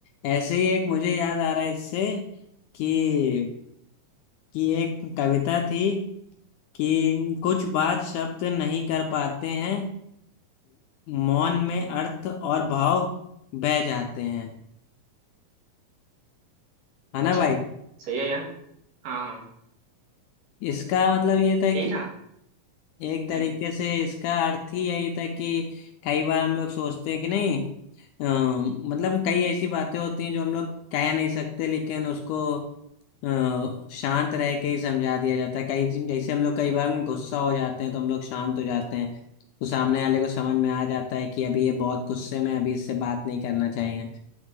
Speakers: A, on the left (about 80°); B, on the right (about 75°).
A: ऐसे ही एक मुझे याद आ रहा है इससे कि कि एक कविता थी कि कुछ बात शब्द नहीं कर पाते हैं मौन में अर्थ और भाव बह जाते हैं है
B: अच्छा
A: ना भाई
B: सही है यार हाँ हाँ
A: इसका मतलब ये था
B: यही
A: कि
B: था
A: एक तरीके
B: हम्म
A: से इसका अर्थ ही यही था कि कई बार हम लोग सोचते हैं कि नहीं अ, मतलब कई ऐसी बातें होती हैं जो हम लोग कह नहीं सकते लेकिन उसको अ, शांत रह के ही समझा दिया जाता है कई जैसे हम लोग कई बार गुस्सा हो जाते हैं तो हम लोग शांत हो जाते हैं तो सामने वाले को समझ में आ जाता है कि अभी ये बहुत गुस्से में है, अभी इससे बात नहीं करना चाहिए